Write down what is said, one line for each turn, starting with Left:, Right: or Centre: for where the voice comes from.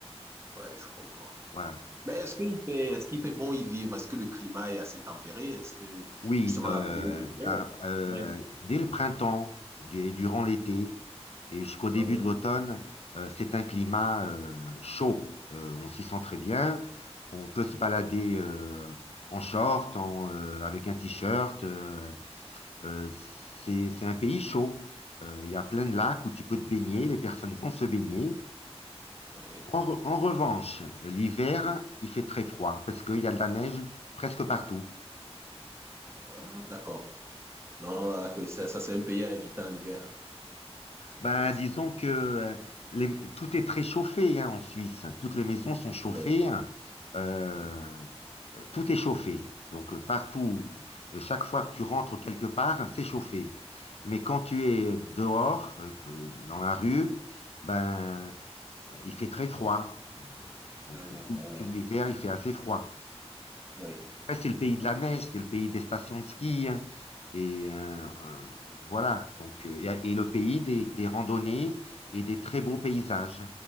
Right: Ouais, je comprends.
Left: Voilà.
Right: Mais est-ce qu'il fait, est-ce qu'il fait bon y vivre? Est-ce que le climat est assez tempéré? Est-ce que,
Left: Oui,
Right: justement,
Left: euh,
Right: la période du hiver?
Left: à- euh,
Right: Ouais.
Left: dès le printemps et durant l'été et jusqu'au début
Right: Ouais.
Left: de l'automne, euh, c'est un climat euh, chaud. Euh, on s'y sent très bien. On peut se balader euh, en short, en, euh, avec un t-shirt. euh, euh, c'est, c'est un pays chaud. Euh, Il y a plein de lacs où tu peux te baigner. Les personnes vont se baigner.
Right: ouais.
Left: En, re- en revanche, l'hiver, il fait très froid parce qu'il y a de la neige presque partout.
Right: Ah, d'accord. Non, ah, que ça, ça, c'est un pays à éviter en hiver.
Left: Ben,
Right: Oui,
Left: disons
Right: c'est très complet.
Left: que euh, les- tout est très chauffé hein, en Suisse. Toutes les maisons sont chauffées.
Right: Ouais.
Left: hein. Euh,
Right: Ouais,
Left: euh, tout est chauffé. Donc, euh, partout, euh, chaque fois que tu rentres quelque part, c'est chauffé. Mais quand tu es dehors, euh, que- dans la rue, ben, euh, il fait très froid. Donc,
Right: Ah, d'accord.
Left: tout, tout l'hiver, il fait assez froid.
Right: ouais.
Left: Après, c'est le pays de la neige, c'est le pays des stations de ski. hein. et euh, euh, voilà. Donc, euh, et, et le pays des, des randonnées et des très beaux paysages.